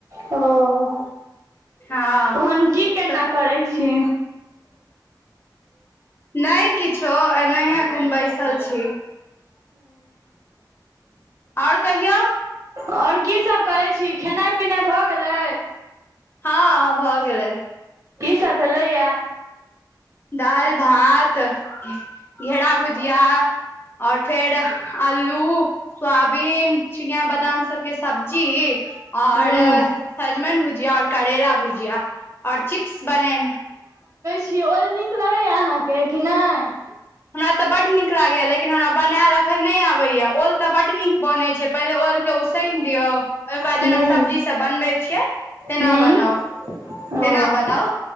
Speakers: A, on the right; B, on the left.
A: ओ
B: हँ
A: तहन की केना
B: तऽ
A: करै छि
B: नइ किछो एनाहे एखन बैसल छी आओर कहियौ
A: आओर की सब करै छी खेनाइ पिनाइ भऽ गेलै
B: हँ भऽ गेलै
A: की सब भेलै य
B: दाइल भात घेरा भुजिया और फेर आल्लू सोयाबीन चिनिया बादाम सबके सब्जी और
A: हूँ
B: सजमनि भुजिया और करेला भुजिया और चिप्स बनेन
A: छी ओल नीक लगै य अहाँके कि नै
B: हमरा तऽ बड नीक लागै य लेकिन हमरा बनायल अखन नइ आबै य ओल तऽ बड्ड नीक बनै छै पहिने ओल के उसैन दियौ ओहिके बाद
A: हूँ
B: जेना सब्जी सब बनबै छियै तेना
A: हूँ
B: बनाउ
A: ओ
B: तेना बनाउ